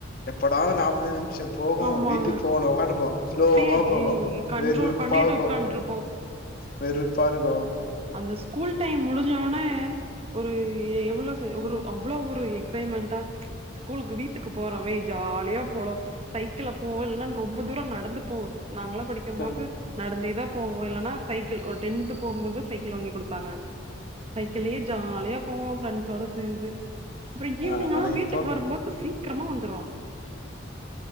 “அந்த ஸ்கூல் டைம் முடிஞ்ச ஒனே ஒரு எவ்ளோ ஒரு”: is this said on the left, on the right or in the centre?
Right